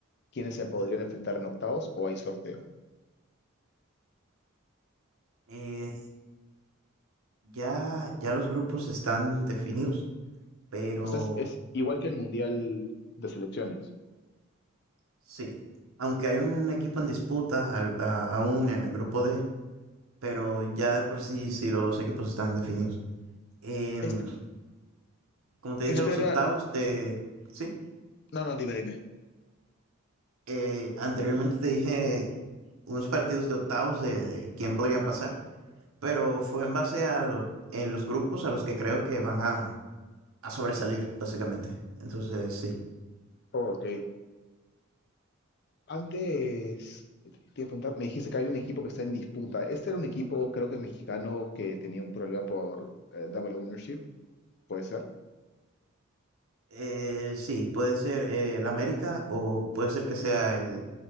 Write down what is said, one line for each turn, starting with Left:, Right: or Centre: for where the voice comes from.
Left: quiénes se podrían enfrentar en octavos o hay sorteo.
Right: Eh, ya, ya los grupos están definidos, pero
Left: O sea, es, es igual que el Mundial de Selecciones.
Right: Sí, aunque hay un equipo en disputa al- a- aún en el grupo D, pero ya de por sí, sí los equipos están definidos. Em,
Left: Este-
Right: como te
Left: esto
Right: dije, los
Left: era...
Right: octavos de... Sí,
Left: No, no, dime, dime.
Right: eh, anteriormente te dije unos partidos de octavos de, de quién podrían pasar, pero fue en base a lo- en los grupos a los que creo que van a, a sobresalir, básicamente. Entonces, sí.
Left: Ok, Antes, te iba a preguntar, me dijiste que hay un equipo que está en disputa. Este era un equipo, creo que mexicano, que tenía un problema por eh, double ownership, ¿puede ser?
Right: Eh, sí, puede ser eh, el América o puede ser que sea el